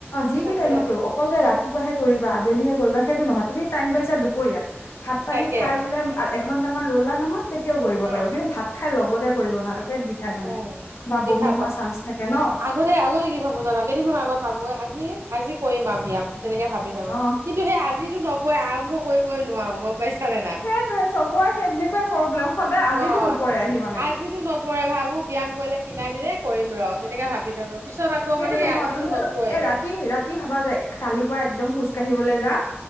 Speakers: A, on the left; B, on the right.
A: যি
B: তাকে,
A: টি টাইমত কৰিব পাৰা অকল যে ৰাতিপুৱাহে কৰিবা, আবেলিহে কৰিবা সেইটো নহয় তুমি টাইম পাইছা দুপৰীয়া ভাত পানী
B: তাকে
A: খাই বোলে এঘন্টামান ৰ'লা নহয়, তেতিয়াও কৰিব পাৰিব
B: অ',
A: কিন্তু ভাত খাই লগতে কৰিব নালাগে, পেট বিষাই মানে
B: উম,
A: বা বমি
B: বিষাব
A: হোৱা চান্স থাকে ন।
B: আগতে, আগতে কি ভাবো জানা কেইদিনমান আগত ভাবোৱে আজি, আজি কৰিম আৰু ব্যায়াম তেনেকে ভাবি
A: অ
B: কিন্তু সেই আজিটো নপৰেই আৰম্ভ কৰিবই নোৱাৰো, গম পাইছা নে নাই।
A: সেইটোৱে চবৰে সেই তেনেকুৱাই প্ৰব্লেম সদায়, আজিতো
B: অ',
A: নপৰেহি মানে।
B: আজিতো নপৰে ভাবো ব্যায়াম কৰিলে ক্ষিনাই যদি এই কৰিম ৰ'। তেনেকে ভাবি থাকোঁ পিছত আকৌ
A: সেইটো
B: মানে সেই
A: নহয়
B: আজিতো
A: তুমি
B: নপৰে।
A: এ ৰাতি, ৰাতি ভাবা যায় কালিৰ পৰা একদম খোজ কাঢ়িবলৈ যাম